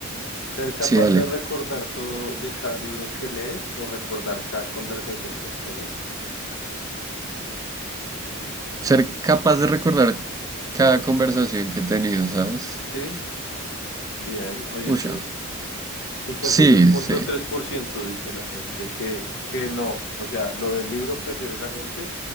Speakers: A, on the left; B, on the right.
A: Ser capaz
B: Sí, dale.
A: de recordar todo de cada libro que lees o recordar cada conversación que has tenido.
B: Ser capaz de recordar cada conversación que he tenido, ¿sabes?
A: Sí, bien, oye,
B: Uy,
A: sí. 52.3%
B: sí, sí.
A: dice la gente que, que no. O sea, lo del libro prefiere la gente